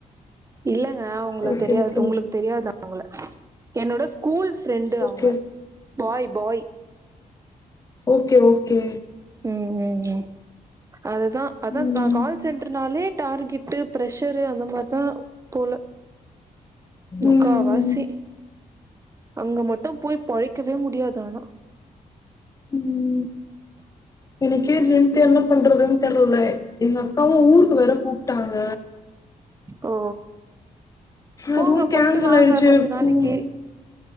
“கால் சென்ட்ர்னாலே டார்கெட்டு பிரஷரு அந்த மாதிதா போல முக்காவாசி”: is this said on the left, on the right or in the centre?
Right